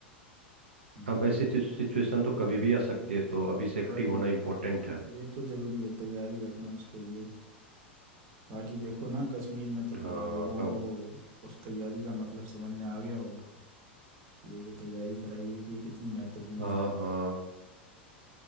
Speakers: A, on the right; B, on the right.
A: हम्म,
B: अब ऐसी सिचुएशन तो कभी भी आ सकती है तो अभी से एक्टिव
A: भाई भाई
B: होना इम्पोर्टेंट है
A: ये तो जरूरी है तैयारी रखना उसके लिए बाकी देखो ना कश्मीर में तो
B: हाँ
A: कल लोगों
B: अब
A: को उस तैयारी का मतलब समझ में आ गया होगा कि ये जो तैयारी कराई गई थी ये कितनी महत्वपूर्ण
B: हाँ
A: थी
B: हाँ